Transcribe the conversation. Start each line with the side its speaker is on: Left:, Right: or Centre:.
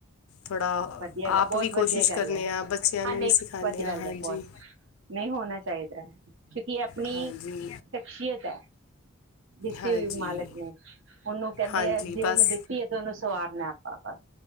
Left: ਥੋੜਾ
Right: ਵਧੀਆ ਗੱਲ,
Left: ਆਪ
Right: ਬਹੁਤ
Left: ਵੀ ਕੋਸ਼ਿਸ਼
Right: ਵਧੀਆ ਗੱਲ
Left: ਕਰਨੇ
Right: ਐ,
Left: ਆ ਬੱਚਿਆਂ
Right: ਹਾਂ
Left: ਨੂੰ
Right: ਨਹੀਂ
Left: ਵੀ ਸਿਖਾਉਂਦੇ
Right: ਵਧੀਆ
Left: ਆ
Right: ਗੱਲ
Left: ਹਾਂਜੀ
Right: ਐ, ਬਹੁਤ। ਨਹੀਂ ਹੋਣਾ ਚਾਹੀਦਾ ਕਿਉਂਕਿ ਇਹ ਅਪਨੀ
Left: ਹਾਂਜੀ
Right: ਸ਼ਖਸੀਅਤ ਹੈ। ਦਿੱਤੀ
Left: ਹਾਂਜੀ
Right: ਹੋਈ ਮਾਲਿਕ ਨੇ। ਉਹਨੂੰ ਕਹਿੰਦੇ
Left: ਹਾਂਜੀ
Right: ਹੈ, ਜੇ
Left: ਬਸ
Right: ਉਹਨੇ ਦਿੱਤੀ ਹੈ, ਤੇ ਉਹਨੂੰ ਸਵਾਰਨਾ ਆਪਾਂ। ਬਸ